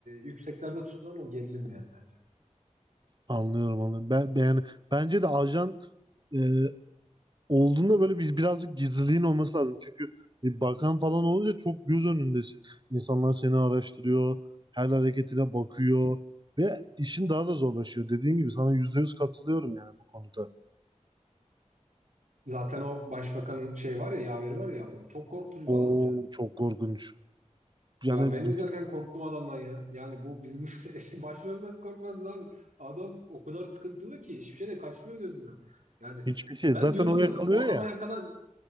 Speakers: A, on the right; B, on the right.
A: yükseklerde tutulan o gerilim yani bence.
B: anlıyorum anlıyorum. Ben, ben- yani bence de ajan e, olduğunda böyle biz birazcık gizliliğin olması lazım. Çünkü bir bakan falan olunca çok göz önündesin. İnsanlar seni araştırıyor, her hareketine bakıyor ve işin daha da zorlaşıyor. Dediğim gibi sana yüzde yüz katılıyorum yani bu konuda.
A: Zaten o başbakanın şey var ya yaveri var ya o çok korkutucu
B: O
A: bir adam ya.
B: çok korkunç. Yani
A: Ya ben
B: bi-
A: izlerken korktum adamdan ya. Yani bu bizim <laughs> eşi başrol nasıl korkmaz abi. Adam o kadar sıkıntılı ki hiçbir şey de kaçmıyor gözünden. Yani
B: hiçbir şey.
A: ben
B: Zaten
A: diyordum
B: o yakalıyor
A: zaten o adama
B: ya.
A: yakalan